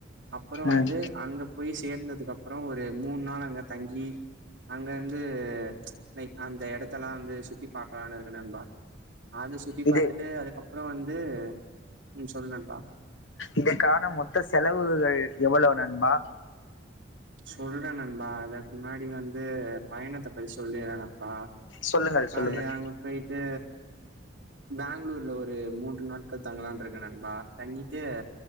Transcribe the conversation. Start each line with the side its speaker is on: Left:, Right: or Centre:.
Right: அப்புறோ வந்து
Left: ம்
Right: அங்க போய் சேர்ந்து ததுக்கு அப்புறோ ஒரு மூண் நாள் அங்க தங்கி அங்க வந்து லைக் அந்த எடத்தல்லா வந்து சுத்தி பாக்கலான்னு இருக்க நண்பா அத சுத்தி பாத்துட்டு
Left: இது
Right: அதுக்கப்புறோ வந்து ம் சொல் நண்பா
Left: இதுக்கான மொத்த செலவுகள் எவ்வளவு நண்பா
Right: சொல்றேன் நண்பா அதுக்கு முன்னாடி வந்து பயணத்தை பத்தி சொல்லிறேன் நண்பா
Left: சொல்லுங்கள் சொல்லுங்கள்
Right: அது அங்க போயிட்டு பெங்களூர்ல ஒரு மூன்று நாட்கள் தங்கலான்னு இருக்கேன் நண்பா தங்கிட்டு